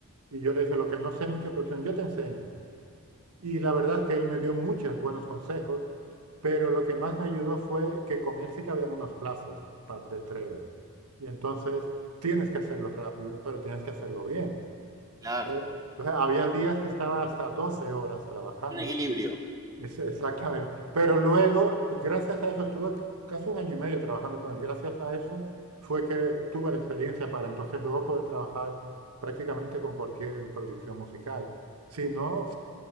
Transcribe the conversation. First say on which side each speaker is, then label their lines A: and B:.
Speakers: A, on the right (about 85°); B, on the right (about 15°).
A: y yo le dije, lo que no sé mucho de producción, yo te enseño. Y la verdad es que él me dio muchos buenos consejos, pero lo que más me ayudó fue que con él sí que habían unos plazos de entrega. Y entonces tienes que hacerlo rápido, pero tienes que hacerlo bien.
B: Claro.
A: Eh, entonces había días que estaba hasta 12 horas trabajando,
B: Un equilibrio.
A: es- exactamente. Pero luego, gracias a eso, estuve casi un año y medio trabajando con él. Gracias a eso fue que tuve la experiencia para entonces luego poder trabajar prácticamente con cualquier producción musical. Si no,